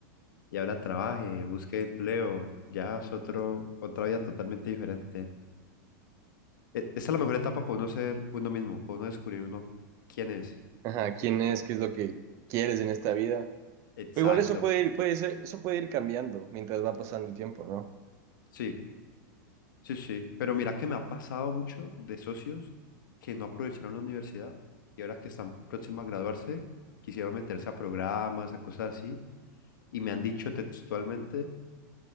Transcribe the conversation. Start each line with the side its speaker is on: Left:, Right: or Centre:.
Left: Y ahora trabaje, busque empleo, ya es otro, otra vida totalmente diferente. E- Esta es la mejor etapa para uno ser uno mismo, para uno descubrir uno quién es.
Right: Ajá, quién es, qué es lo que quieres en esta vida.
Left: Exacto.
Right: Pero igual eso puede ir, puede ser, eso puede ir cambiando mientras va pasando el tiempo, ¿no?
Left: Sí, sí, sí. Pero mira que me ha pasado mucho de socios que no aprovecharon la universidad y ahora que están próximos a graduarse, quisieron meterse a programas, a cosas así, y me han dicho textualmente,